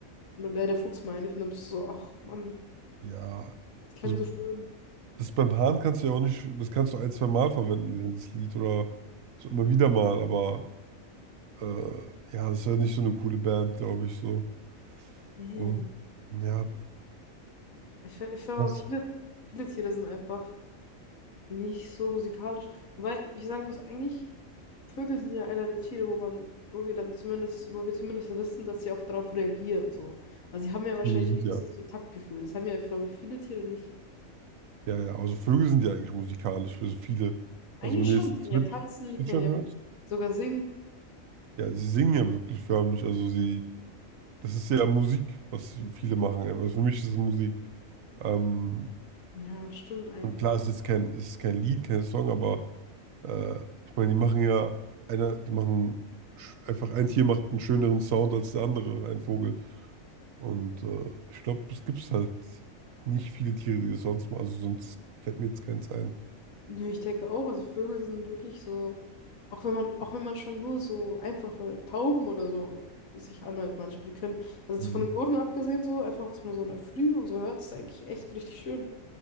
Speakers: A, on the left; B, on the right.
A: Und dann, wäre der Fuchs meine ich. Und dann bist du so, ach Mann,
B: Ja,
A: das klang
B: also
A: so schön.
B: das beim Hahn kannst du ja auch nicht, das kannst du ein, zwei Mal verwenden während des Lied oder so immer wieder mal, aber äh, ja, das ist ja nicht so eine coole Band, glaube ich, so.
A: Nee.
B: Aber ja,
A: Ich, ich glaube,
B: was?
A: viele, viele Tiere sind einfach nicht so musikalisch. Wobei ich sagen muss, eigentlich. Vögel sind ja einer der Tiere, wo man, wo wir dann zumindest, wo wir zumindest wissen, dass sie auch darauf reagieren, so. Also sie haben ja wahrscheinlich
B: Vögel sind
A: wenigstens
B: ja,
A: so ein Taktgefühl. Das haben ja, glaube ich, viele Tiere nicht.
B: ja, ja, also Vögel sind ja eigentlich musikalisch für so viele.
A: Eigentlich
B: Also wenn du
A: schon,
B: jetzt
A: die können
B: Zwitsch
A: ja tanzen, die
B: Zwitschern
A: können ja
B: hörst,
A: sogar singen.
B: ja, sie singen ja wirklich förmlich, also sie, das ist ja Musik, was viele machen, also für mich ist es Musik. Ähm,
A: Ja, stimmt eigentlich.
B: und klar, es ist jetzt kein, es ist kein Lied, kein Song, aber Äh, ich meine, die machen ja einer, die machen sch- einfach ein Tier macht einen schöneren Sound als der andere, ein Vogel. Und äh, ich glaube, es gibt halt nicht viele Tiere, die das sonst machen. Also sonst fällt mir jetzt keins ein.
A: Nö, ich denke auch, also Vögel sind wirklich so, auch wenn man, auch wenn man schon nur so einfache Tauben oder so sich anhört manchmal, die können, also jetzt
B: Mhm.
A: von den Gurren abgesehen so, einfach was man so in der Früh und so hört, ist eigentlich echt richtig schön.